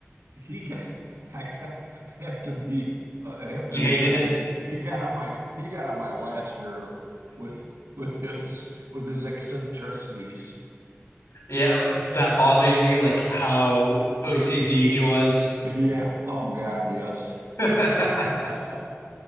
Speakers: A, on the right (about 85°); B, on the left (about 85°).
A: he got <laughs> I got, have to be uh, I have
B: You
A: to be
B: hated
A: honest.
B: it?
A: He got on my he got on my last nerve with with his with his eccentricities. <laughs>
B: Yeah, was- that bothered you like how OCD he was?
A: Yeah. Oh God, yes.
B: <laughs>
A: <laughs>